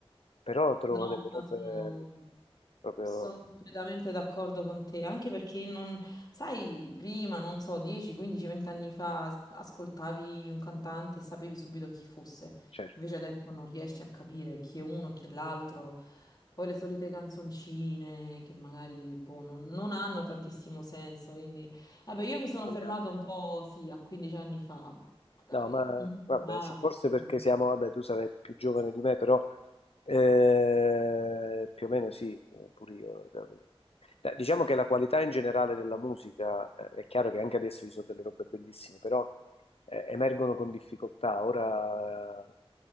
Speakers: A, on the left (about 75°); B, on the left (about 40°).
A: però trovo
B: No,
A: delle robe
B: ma sono...
A: proprio,
B: Sono completamente d'accordo con te, anche perché non, sai, prima, non so, 10, 15, 20 anni fa s- ascoltavi un cantante e sapevi subito chi fosse,
A: certo,
B: invece adesso non riesci a capire chi è uno e chi è l'altro. Poi le solite canzoncine che magari boh, non, non hanno tantissimo senso, quindi vabbè, io mi sono
A: non
B: fermata
A: è
B: un po', sì, a 15 anni fa, magari
A: No, ma
B: un
A: vabbè,
B: Mars.
A: sì, forse perché
B: un-
A: siamo, vabbè, tu sarai più giovane di me, però eh, più o meno sì, eh, pure io. Eh, Diciamo che la qualità in generale della musica, eh, è chiaro che anche adesso ci sono delle robe bellissime, però eh, emergono con difficoltà. Ora